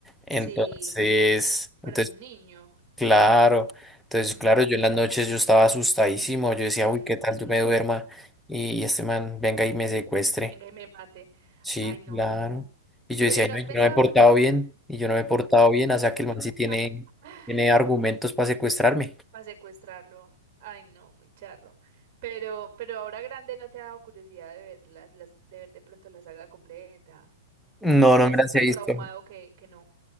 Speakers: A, in the centre; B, on the right.
A: Entonces,
B: Sí, para
A: entonces,
B: un niño,
A: claro. Entonces,
B: imagínate.
A: claro, yo en las noches yo estaba asustadísimo. Yo decía,
B: <laughs>
A: uy, ¿qué tal yo me duerma? Y, y este man venga y me secuestre.
B: Venga y me mate.
A: Sí,
B: Ay, no.
A: claro. Y yo
B: Pero
A: decía,
B: ¿y no
A: "Ay, no,
B: has
A: yo
B: pensado?
A: no me he portado bien, y yo no me he portado bien, o sea que el man sí
B: <laughs>
A: tiene, tiene argumentos para secuestrarme.
B: Para secuestrarlo. Ay, no, muy charro. Pero, pero ahora grande no te ha dado curiosidad de ver las, las- de ver de pronto la saga completa.
A: No,
B: O ya
A: no
B: estás
A: me las
B: tan
A: he visto.
B: traumado que, que no,